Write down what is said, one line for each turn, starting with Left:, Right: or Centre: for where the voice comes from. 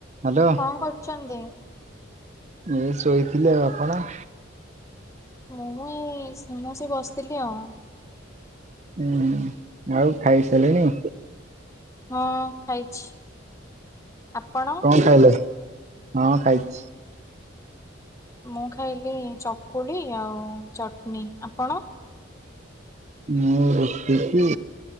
Right: Hello
Left: କଣ କରୁଛନ୍ତି?
Right: ଇ ଶୋଇଥିଲି ଆଉ ଆପଣ?
Left: ମୁଁ ଏ-ଏ-ଏ ମୁଁ ସେ ବସିଥିଲି ଆଉ।
Right: ଉ-ଉ-ଉ ଆଉ ଖାଇ ସାଇଲେଣି?
Left: ହଁ ଖାଇଛି। ଆପଣ?
Right: କଣ ଖାଇଲେ? ହଁ ଖାଇଛି।
Left: ମୁଁ ଖାଇଲି ଚକୁଳି ଆଉ ଚଟଣି। ଆପଣ?
Right: ମୁଁ ରୁଟି କି